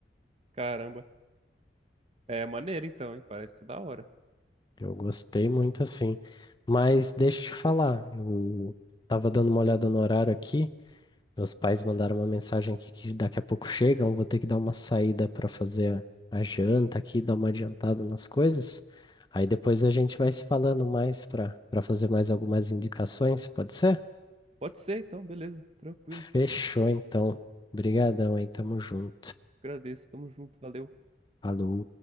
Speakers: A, on the right (about 35°); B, on the left (about 25°).
A: Caramba. É maneiro então, hein? Parece ser da hora.
B: Eu gostei muito, assim. Mas deixa eu te falar, eu tava dando uma olhada no horário aqui. Meus pais mandaram uma mensagem aqui que daqui a pouco chegam, eu vou ter que dar uma saída para fazer a, a janta aqui, dar uma adiantada nas coisas. Aí depois a gente vai se falando mais para para fazer mais algumas indicações, pode ser?
A: Pode ser então, beleza. Tranquilo.
B: Fechou então. Obrigadão aí, tamo junto.
A: Agradeço. Tamo junto. Valeu.
B: Falou.